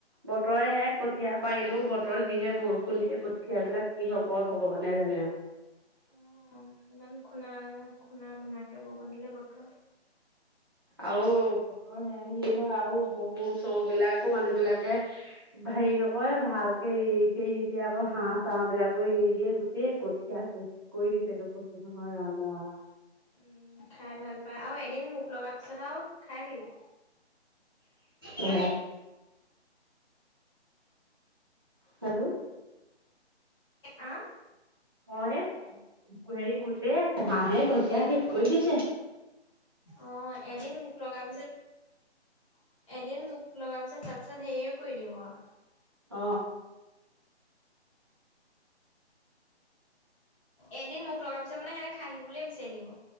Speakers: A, on the right; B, on the left.
A: বতৰে <unintelligible> কঠিয়া পাৰিলো বতৰ যিহে বৰষুণ দিয়ে কঠিয়া বিলাক কি হব ভগৱানে জানে
B: অ ইমান খুণা খুণা মোনাকে বৰষুণ দিলে বতৰ
A: আও বতৰ সেয়া সে হয় আ গৰু চৰু বিলাকো মানুহ বিলাকে হেৰি নকয় ভালকে এৰিছেৰি নিদিয়ে আকৌ হাঁহ চাঁ বিলাকো এৰি দিয়ে গোটেই কঠিয় কৰি দিছে কৈছ নহয় ৰামা
B: উম খাই ভাল পায় আৰু এদিন মুখ লগা পিছত আৰু খাই থাকিব
A: উ
B: মানে
A: হেল্ল'
B: আ
A: অ হেৰি গোটেই হাঁহে কঠিয়া শেষ কৰি দিছে
B: অ এদিন মুখ লগাৰ পিছত এদিন মোক লগাৰ পিছত তাৰপিছত হেই এ কৰি দিও আৰু
A: অঁ
B: এদিন মুখ লগাৰ পিছত মানে সেনে খাই কিবলেই বিচাৰি থাকিব